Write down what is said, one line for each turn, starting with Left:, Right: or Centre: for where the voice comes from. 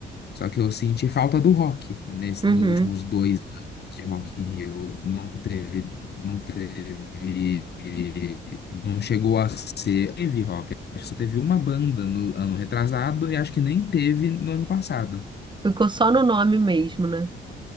Left: Só que eu senti falta do rock nesse,
Right: Uhum.
Left: nos últimos dois anos de Rock in Rio. Não teve, não teve, não chegou a ser. Teve rock. Acho que só teve uma banda no ano retrasado e acho que nem teve no ano passado.
Right: Ficou só no nome mesmo, né?